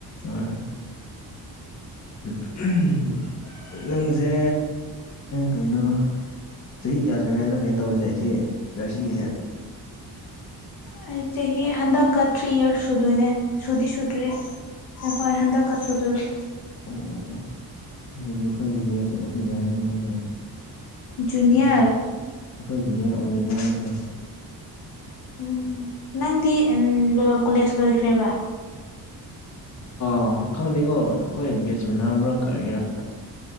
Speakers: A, on the left; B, on the left.
A: ꯑꯥ <unintelligible> ꯎꯝ ꯅꯪꯁꯦ ꯀꯩꯅꯣ ꯆꯍꯤ ꯀꯌꯥ ꯁꯨꯔꯦꯅ ꯀꯩꯅꯣ ꯇꯧꯕꯁꯦ ꯑꯩꯁꯤ ꯅꯔꯁꯤꯡꯒꯤꯁꯦ
B: <inaudible> ꯑꯩ ꯆꯍꯤ ꯍꯟꯗꯛꯀ ꯊ꯭ꯔꯤ ꯏꯌꯔꯁ ꯁꯨꯗꯣꯏꯅꯦ ꯁꯨꯗꯤ ꯁꯨꯗ꯭ꯔꯤ ꯍꯣꯌ ꯍꯣꯏ ꯍꯟꯗꯛꯀꯁꯨꯗꯨꯏꯕ
A: ꯑꯣ ꯑꯣ ꯑꯗꯨꯗꯒꯤ ꯑꯩꯈꯣꯏ ꯖꯨꯅꯤꯌꯔꯁꯨ ꯑꯣꯏꯕ ꯌꯥꯏꯅꯤ ꯅꯪꯁꯦ
B: ꯖꯨꯅꯤꯌꯔ
A: ꯈꯪꯗꯦ ꯑꯩꯈꯣꯏ ꯖꯨꯅꯤꯌꯔ ꯑꯣꯏꯒꯗ꯭ꯔꯥ ꯅꯁꯦ
B: ꯎꯝ ꯅꯪꯗꯤ ꯀꯣꯂꯦꯖ ꯂꯣꯏꯈ꯭ꯔꯦꯕ
A: ꯑꯣ ꯈꯪꯗꯦꯀꯣ ꯑꯩꯈꯣꯏ ꯕꯦꯠꯁ ꯃꯨꯟꯅꯔꯕ꯭ꯔꯥ ꯀꯛꯒꯤꯔꯥ